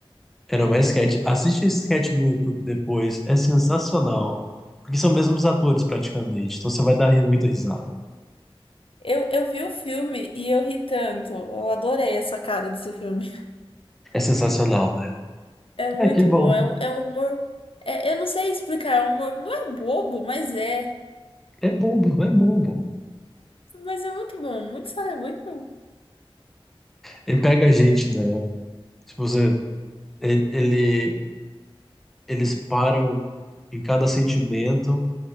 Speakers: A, in the centre; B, on the left (about 65°).
A: Era mais sketch. Assiste esse sketch no YouTube depois. É sensacional. Porque são mesmos atores praticamente. Então você vai dar ri- muita risada.
B: Eu, eu vi o filme e eu ri tanto. Eu adorei a sacada desse filme. <laughs>
A: É sensacional, né?
B: É muito
A: É que bom.
B: bom. É um, é um humor. é- eu não sei explicar. É um humor. Não é bobo, mas é.
A: É bobo, é bobo.
B: Mas é muito bom. Muito, sa- muito bom.
A: Ele pega a gente, né? Se você, ele, ele- eles param em cada sentimento